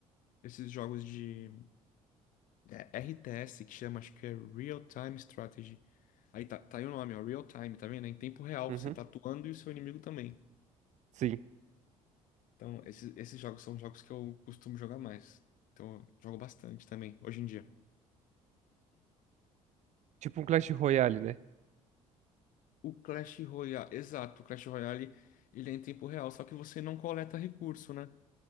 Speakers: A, on the left; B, on the right.
A: esses jogos de é, RTS que chama, acho que é Real Time Strategy. Aí tá, tá aí o nome, ó, Real Time, tá vendo? É Em tempo real
B: Uhum.
A: você tá atuando e o seu inimigo também.
B: Sim.
A: Então, esses, esses jogos são jogos que eu costumo jogar mais. Então, eu jogo bastante também, hoje em dia.
B: Tipo um Clash Royale, né?
A: O Clash Royale, exato, o Clash Royale, ele é em tempo real, só que você não coleta recurso, né?